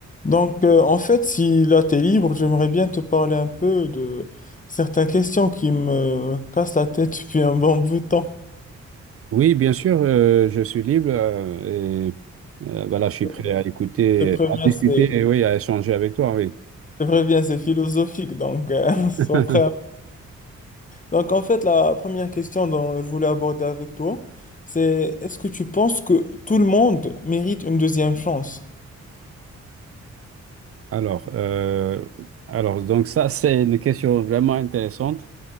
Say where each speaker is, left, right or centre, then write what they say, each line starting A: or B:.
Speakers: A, on the left; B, on the right.
A: Donc, euh, en fait, si là t'es libre, j'aimerais bien te parler un peu de certaines questions qui me cassent la tête depuis un bon bout de temps.
B: Oui, bien sûr, euh, je suis libre euh, et euh, voilà, je suis
A: Je
B: prêt à écouter,
A: te préviens,
B: à discuter
A: c'est, je
B: et oui, à échanger avec toi, oui.
A: te préviens, c'est philosophique, donc euh, <laughs> sois
B: <laughs>
A: prêt. Donc, en fait, la première question dont je voulais aborder avec toi, c'est est-ce que tu penses que tout le monde mérite une deuxième chance?
B: Alors, euh, alors donc ça, c'est une question vraiment intéressante.